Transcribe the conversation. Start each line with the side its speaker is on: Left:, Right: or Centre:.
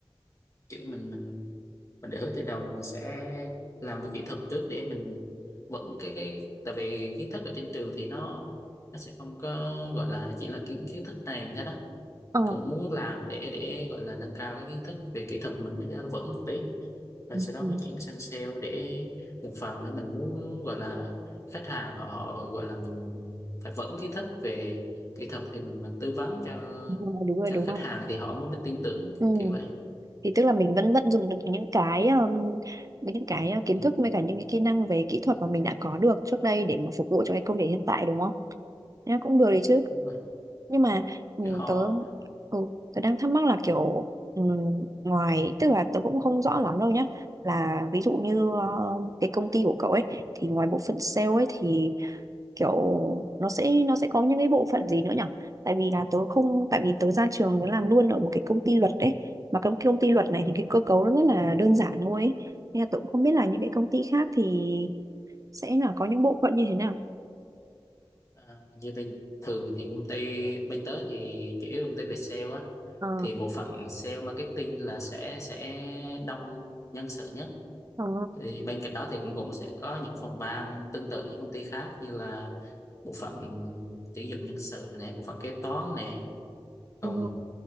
Left: kiểu mình mình mình định hướng từ đầu mình sẽ làm về kỹ thuật trước để mình vững cái cái tại vì kiến thức ở trên trường thì nó nó sẽ không có gọi là chỉ là kiến kiến thức này thế đó
Right: ờ
Left: Mình cũng muốn làm để để gọi là nâng cao cái kiến thức về kỹ thuật mình để cho nó vững một tí rồi
Right: ừ,
Left: sau đó
Right: ừ,
Left: mới chuyển sang sale để một phần là mình muốn gọi là khách hàng họ gọi là mình phải vững kiến thức về kỹ thuật thì mình mình tư vấn cho
Right: đúng rồi đúng rồi
Left: cho
Right: đúng
Left: khách
Right: rồi
Left: hàng thì họ mới mới tin tưởng
Right: ừ.
Left: kiểu vậy
Right: thì tức là mình vẫn vẫn dùng được những cái um, những cái uh, kiến
Left: ừ,
Right: thức với cả những cái kỹ năng về kỹ thuật mà mình đã có được trước đây để mà phục vụ cho cái công việc hiện tại đúng không? Nha, cũng được đấy chứ.
Left: đúng vậy
Right: Nhưng mà ừ,
Left: kiểu họ
Right: tớ ừ, tớ đang thắc mắc là kiểu ừ, ngoài tức là tớ cũng không rõ lắm đâu nhá. Là ví dụ như ờ, cái công ty của cậu ấy thì ngoài bộ phận sale ấy thì kiểu nó sẽ nó sẽ có những cái bộ phận gì nữa nhỉ? Tại vì là tớ không tại vì tớ ra trường tớ làm luôn ở một cái công ty luật đấy mà công công ty luật này thì cái cơ cấu nó rất là đơn giản thôi ấy. Nên là tôi cũng không biết là những cái công ty khác thì sẽ là có những bộ phận như thế nào
Left: à, như bên thường thì công ty bên tớ thì chủ yếu là công ty về sale á
Right: ờ
Left: thì bộ phận sale marketing là sẽ sẽ đông nhân sự nhất
Right: ờ
Left: thì bên cạnh đó thì cũng cũng sẽ có những phòng ban tương tự những công ty khác như là bộ phận tuyển dụng nhân sự này bộ phận kế toán này còn
Right: ừ